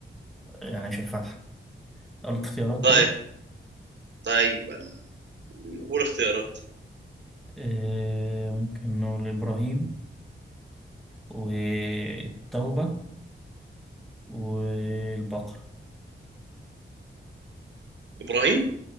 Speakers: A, in the centre; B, on the right.
A: يعني مش الفاتحة الاختيارات
B: طيب
A: طيب
B: طيب ال- قول اختيارات
A: آه، ممكن نقول إبراهيم والتوبة والبقرة
B: ابراهيم